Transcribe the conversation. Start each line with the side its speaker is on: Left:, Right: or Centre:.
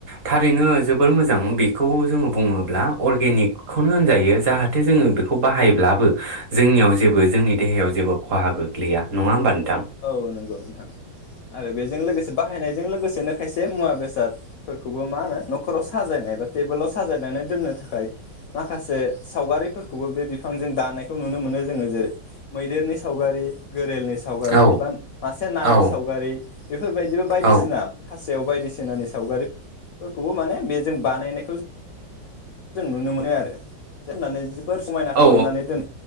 Right: थारैनो जोबोर मोजां बेखौ जोङो बुङोब्ला अरगेनिकखौनो होनजायो जाहाथे जोङो बेखौ बाहायब्लाबो जोंनियाव जेबो जोंनि देहायाव जेबो खहा गोग्लैया नङा होमबा नों
Left: औ नंगौ नोंथां आरो बेजों लोगोसे बाहायनायजों लोगोसेनो खायसे मुवा बेसादफोरखौबो मा होनो न'खराव साजायनाय बा टेबोलाव साजायनानै दोननो थाखाय माखासे सावगारिफोरखौबो बे बिफांजों दानायखौ नुनो मोनो जोङो जेरै मैदेरनि सावगारि गोरेलनि सावगारि
Right: औ
Left: बा मासे नानि
Right: औ
Left: सावगारि बेफोरबायदिबो बायदिसिना
Right: औ
Left: खासेव बायदिसिनानि सावगारिफोरखौबो माने बेजों बानायनायखौ जों नुनो मोनो आरो जोबनानै बोर समायना खालामनानै
Right: औ
Left: दोन